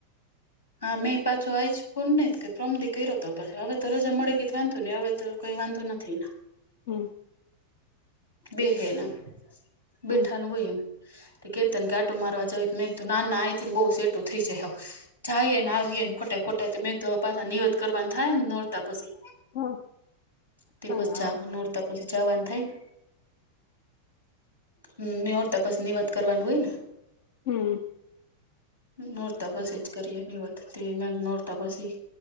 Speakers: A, on the left (about 85°); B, on the left (about 50°).
A: હા મેં પાછો આવીઈ જ ફોન નહી કે ફ્રમદી કર્યો હતોછ હવે તો રજા મળી ગઈ વાંધો નહી હવે તો કોઈ વાંધો નથી.
B: હમ
A: બેહેના બેઠાનું
B: હમ
A: હોય એમ. કેતન આટો મારવા જાવ મેં નાના આઈ ને બહુ સેટું થઈ જાય હવે. જાયને આવીએને ખોટા ખોટા તો મે પાછા નિનીવત કરવા થાય ને નોડતા પછી.
B: હા
A: તે
B: કઈ
A: પછ
B: હા
A: ચાવું નરતા પછી જવાનું થાય ને. હમ ઓર તપાસ ની વાત કરવાનું હોય ને.
B: હમ.
A: નોરતા પછી જ કરીએ નની વધ તે મે નોરતા પછી